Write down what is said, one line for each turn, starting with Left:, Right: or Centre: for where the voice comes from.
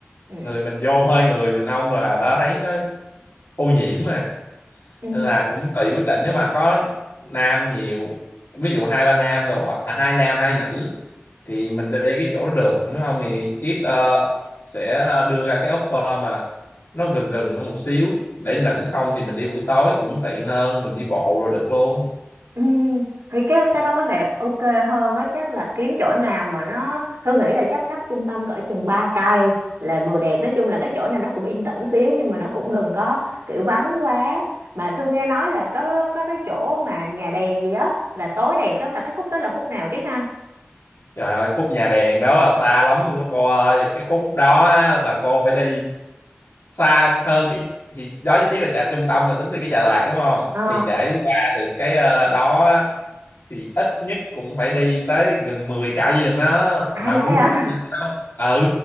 Right: Ừ.
Left: người mình vô hơi người mình không là đã thấy nó ô nhiễm rồi
Right: Ừ.
Left: nên là cũng tùy quyết định nếu mà có nam nhiều ví dụ hai ba nam rồi à, hai nam hai nữ thì mình đi cái chỗ đó được nếu không thì Chiết ờ, sẽ đưa ra cái offer mà nó gần gần hơn một xíu để nữ không thì mình đi buổi tối cũng tiện hơn mình đi bộ rồi được luôn
Right: Ừm, thì cái cái đó có vẻ ok hơn á chắc là kiếm chỗ nào mà nó Thư nghĩ là chắc cách trung tâm cỡ chừng 3 cây là vừa đẹp nói chung là cái chỗ này nó cũng yên tĩnh xíu nhưng mà nó cũng đừng có kiểu vắng quá mà Thư nghe nói là có có cái chỗ mà nhà đèn gì á là tối đẹp lắm là cái khúc đó là khúc nào Triết ha
Left: trời ơi khúc nhà đèn đó là xa lắm luôn á cô ơi cái khúc đó á, là cô phải đi xa hơn cái thì đó chỉ là chợ trung tâm là tính từ cái Chợ Đà Lạt đúng không
Right: ờ
Left: thì để qua được cái ờ, đó thì ít nhất cũng phải đi tới gần 10 cạo gì đường đó
Right: à
Left: mà
Right: vậy
Left: muốn
Right: hả
Left: đi cái đó ừ